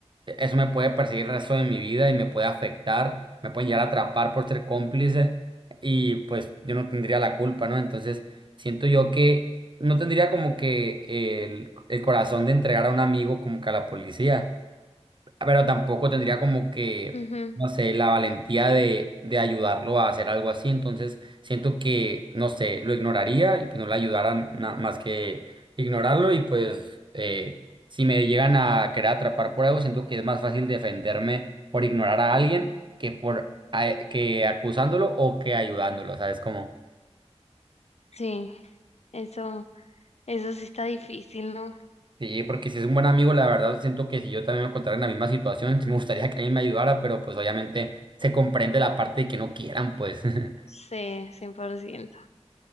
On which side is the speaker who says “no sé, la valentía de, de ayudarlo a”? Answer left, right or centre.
Right